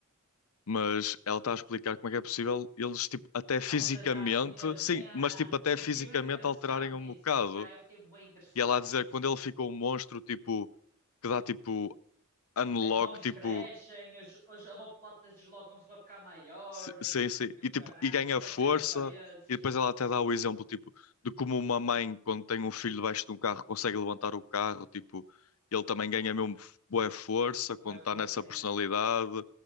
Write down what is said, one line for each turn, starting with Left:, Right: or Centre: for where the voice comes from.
Left: Mas ela está a explicar como é que é possível eles, tipo, até fisicamente,
Right: Alterarem mesmo.
Left: sim,
Right: Yeah.
Left: mas tipo, até
Right: Eu
Left: fisicamente
Right: fiquei mesmo interessado
Left: alterarem
Right: nisso.
Left: um bocado.
Right: Yeah, eu fiquei bem interessado
Left: E ela a
Right: nisso.
Left: dizer que quando ele ficou um monstro, tipo, que dá tipo unlock,
Right: as mãos
Left: tipo.
Right: crescem, as, as omoplatas deslocam-se para ficar maior.
Left: S- Sim, sim.
Right: Eu,
Left: E,
Right: caraca,
Left: tipo, e ganha
Right: até
Left: força.
Right: trepa paredes.
Left: E depois ela até dá o exemplo, tipo, de como uma mãe, quando tem um filho debaixo de um carro, consegue levantar o carro, tipo, ele também ganha mesmo boa força
Right: Boa
Left: quando está
Right: força,
Left: nessa
Right: é.
Left: personalidade